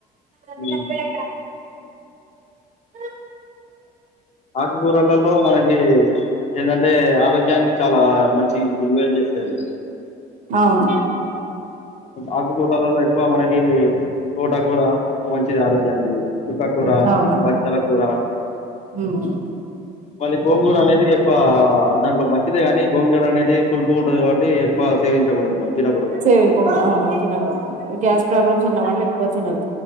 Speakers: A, on the right; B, on the left.
A: అదిఅదేగా
B: ఉమ్.
A: అ
B: ఆకుకూరలలో మనకి ఎందంటే ఆరోగ్యానికి చాలా మంచి మేలు చేతది
A: అవును
B: ఆకుకూరల ఎక్కువ మనకి తోటాకూర మంచిది ఆరోగ్యానికి చిక్కకూర
A: అవునవును
B: బచ్చల కూూర
A: ఉమ్.
B: మళ్ళీ గోంగూర అనేది ఎక్కువ దాంట్లో మంచిదే కాగాని గోంగూర అనేది పులుపు ఉంటది కాబట్టి ఎక్కువ సేవించకూడదు మనం తిన కూడదు
A: సేవించకూడదు అవును తినదు గ్యాస్ ప్రాబ్లమ్స్ ఉన్న వాళ్ళు ఎక్కువ తినద్దు